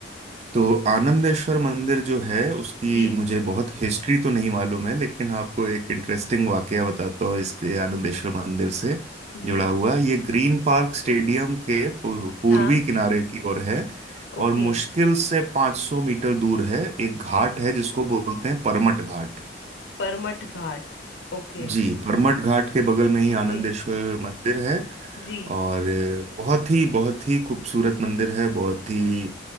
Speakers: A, on the right; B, on the left.
A: तो आनंदेश्वर मंदिर जो है उसकी
B: जी
A: मुझे बहुत हिस्ट्री तो नहीं मालूम है लेकिन हाँ, आपको एक इंटरेस्टिंग वाकया बताता हूँ इसके आनंदेश्वर मंदिर से
B: जी
A: जुड़ा हुआ ये ग्रीन पार्क स्टेडियम के पू- पूर्वी
B: हाँ
A: किनारे की ओर है
B: ओके
A: और मुश्किल से 500 मीटर दूर है एक घाट है जिसको बोलते हैं परमट घाट
B: परमठ घाट ओके
A: जी परमट घाट के बगल में ही आनंदेश्वर
B: जी
A: मंदिर है
B: जी
A: और बहुत ही बहुत ही खूबसूरत मंदिर है बहुत ही